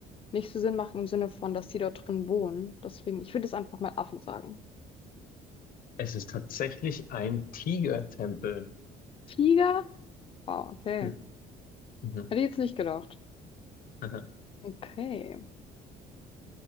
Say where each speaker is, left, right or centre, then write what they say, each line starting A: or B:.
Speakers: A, on the left; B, on the left.
A: nicht so Sinn machen im Sinne von, dass die dort drin wohnen. Deswegen, ich würde jetzt einfach mal Affen sagen.
B: Es ist tatsächlich ein Tigertempel.
A: Tiger? Wow, okay.
B: Hm, mhm,
A: Hätte ich jetzt nicht gedacht.
B: mhm.
A: Okay.